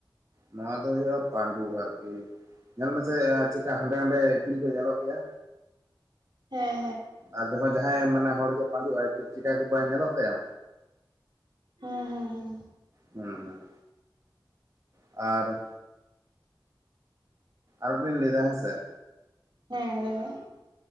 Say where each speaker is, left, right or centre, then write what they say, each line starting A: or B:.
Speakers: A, on the right; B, on the right.
A: ᱱᱚᱣᱟ ᱫᱚ ᱦᱩᱭᱩᱜᱼᱟ ᱯᱟᱺᱰᱩ ᱟᱨᱠᱤ ᱧᱮᱞ ᱢᱮᱥᱮ ᱪᱮᱠᱟ ᱦᱟᱸᱰᱮ ᱱᱟᱰᱮ ᱤᱯᱤᱞ ᱠᱚ ᱧᱮᱞᱚᱜ ᱜᱮᱭᱟ
B: ᱦᱮᱸ
A: ᱟᱨ ᱡᱟᱦᱟᱸᱭ ᱡᱟᱦᱟᱸᱭ ᱢᱟᱱᱮ ᱦᱚᱲᱜᱮ ᱯᱟᱸᱰᱩᱜ ᱟᱭ ᱪᱮᱠᱟ ᱠᱚ ᱵᱟᱝᱟᱭ ᱧᱮᱞᱚᱜ ᱛᱟᱭᱟ
B: ᱦᱮᱸ ᱦᱮᱸ ᱦᱮᱸ
A: ᱦᱮᱸ ᱦᱮᱸ ᱟᱨ ᱟᱨᱢᱤᱫ ᱫᱷᱟᱣ ᱤᱧ ᱞᱟᱹᱭᱮᱫᱟ ᱦᱮᱸ ᱥᱮ
B: ᱦᱮᱸ ᱞᱟᱹᱭ ᱢᱮ